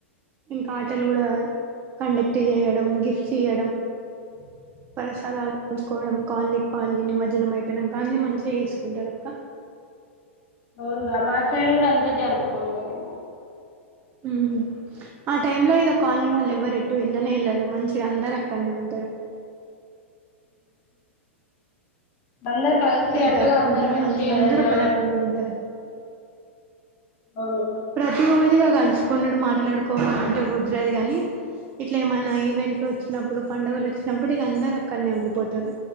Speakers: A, on the right (about 30°); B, on the left (about 40°).
A: ఇంకా ఆటలు కూడా కండక్ట్ చేయడం, గిఫ్ట్స్ ఇయ్యడం
B: <inaudible>
A: ప్రసాదాలు ఉంచుకోవడం కాళనీ కాలని నిమజ్జనం అయిపోయినా అన్ని మంచిగా చేసుకుంటారు అక్క
B: అవును రా మా సైడ్ కూడా అంతే జరుపుకుంటారు
A: ఉమ్ ఆ టైమ్ లో ఇక కాలనీ వాళ్ళు ఎవ్వరు ఎటు వెళ్ళనే వెళ్లరు మంచి ఇగ అందరు అక్కడనే ఉంటారు
B: అందరు కలిసి అట్టుగా
A: జరుపుకుంటరు
B: అందరు మంచిగా
A: అందరు ఒక దగ్గరనే ఉంటరు.
B: అవును
A: ప్రతి రోజుగా కలుసుకున్నడు మాట్లాడుకోవడం అంటే కుదరదు కాని ఇట్ల ఏమైనా ఈవెంట్లు వచ్చినప్పుడు పండుగలు వచ్చినప్పుడు ఇక అందరు అక్కడనే ఉండిపోతారు